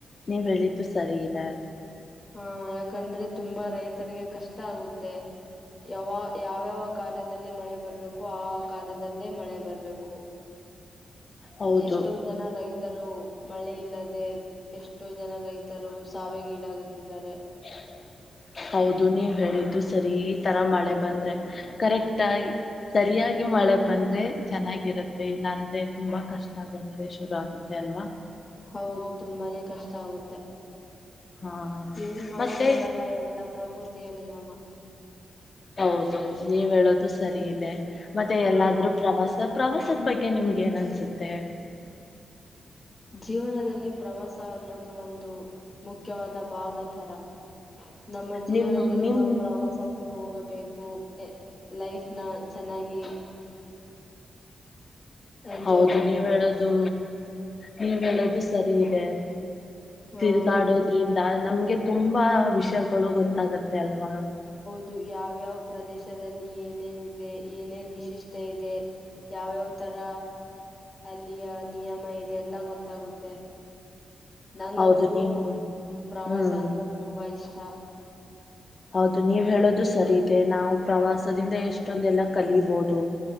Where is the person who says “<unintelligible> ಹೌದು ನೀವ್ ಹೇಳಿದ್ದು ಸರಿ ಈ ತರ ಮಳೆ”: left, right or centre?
Left